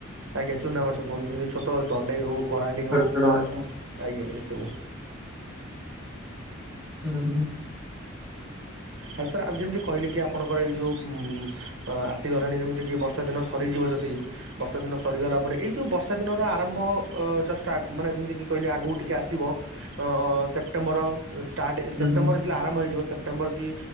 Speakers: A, on the right; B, in the centre.
A: ଆଜ୍ଞା ଚୁନାମାଛ କୁହନ୍ତି ଯେମିତି ଛୋଟ ଦଣ୍ଡେଇ ହୋଉ କରାଣ୍ଡି
B: ଛୋଟ
A: ହୋଉ। ଆଜ୍ଞା
B: ଛୋଟ ମାଛ।
A: ଏ ସବୁ।
B: ହୁଁ।
A: ଆଉ ସାର୍ ଆମ ଯେମିତି କହିଲି କି ଆପଣଙ୍କର ଏଇ ଯୋଉ ଉଁ ଅ ଆସିଗଲାଣି ଯେମିତି କି ବର୍ଷା ଦିନ ସ ସରିଯିବ ଯଦି ବର୍ଷା ଦିନ ସରିଗଲା ପରେ ଏଇ ଯୋଉ ବର୍ଷା ଦିନର ଆରମ୍ଭ ଅ ଜଷ୍ଟ ଆ ମାନେ ଯେମିତିକି କହିଲେ ଆଗକୁ ଟିକେ ଆସିବ ଅ ସେପ୍ଟେମ୍ବର ଷ୍ଟାର୍ଟ ସେପ୍ଟେମ୍ବର
B: ହୁଁ
A: ଯେତେବେଳେ ଆରମ୍ଭ ହେଇଯିବ ସେପ୍ଟେମ୍ବର କି